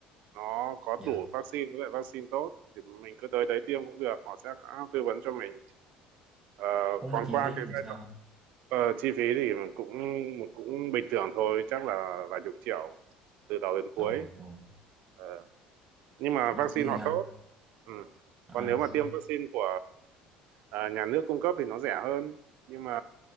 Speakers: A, on the right (about 70°); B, on the right (about 25°).
A: nó có
B: dạ
A: đủ vaccine với lại vaccine tốt thì mình cứ tới đấy tiêm cũng được họ sẽ tư vấn cho mình Ờ,
B: cũng
A: còn
B: mà chi
A: qua
B: phí
A: cái
B: làm
A: giai
B: sao
A: đoạn
B: anh
A: ờ, chi phí thì mình cũng cũng bình thường thôi chắc là vài chục triệu từ đầu đến cuối
B: ồ trời.
A: Ờ, nhưng mà
B: mắc
A: vaccine
B: kiểu gì
A: họ
B: hả
A: tốt Ừ.
B: à
A: Còn nếu mà
B: không
A: tiêm vaccine của à, nhà nước cung cấp thì nó rẻ hơn nhưng mà